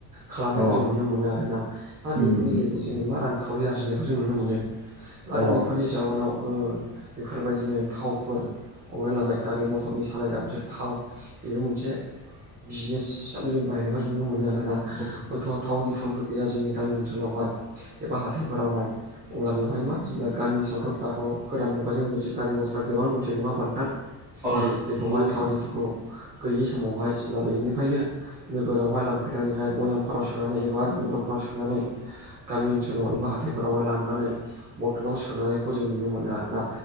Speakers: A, on the right; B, in the centre.
A: खालामनायखौ
B: अ
A: जों नुनो मोनो आरोना। आरो
B: उम नंगौ
A: गेजेरजों जोङो मा रांखावरि आरजिनायखौ जों नुनो मोनो। आरो
B: अ
A: बेफोरनि जाउनाव ओ बेफोरबायदिनो थावफोर हमनाय लाबाय गारि मटरनि सालायग्रा मोनसे थाव बेबो मोनसे बिजनेस हिसाबै जों बाहायनायखौ नुनो मोनो आरोना
B: औ
A: हयथ' थाव दिफु बो गैया जोंनि गामि ओनस ओङावहाय एबा हाथाइफोरावहाय अब्ला बेवहाय मा जिब्ला गामि <unintelligible> थ' गोदान मुगाजों लोगोसे गारि मथरा गोबां दंसै नङा होमबा नोंथां
B: अर
A: बेखौहाय
B: नंगौ
A: थाव दिफुखौ गैयि समावहाय जेब्ला बेनिफायनो नोगोरावहाय लांफैनानैहाय बयामफाराव सोनानै एबा दुंगुरुफोराव सोननानै गामि ओनसोलाव एबा हाथाइफोरावहाय लांनानै बथलाव सोनायखौ जों नुनो मोनो आरोना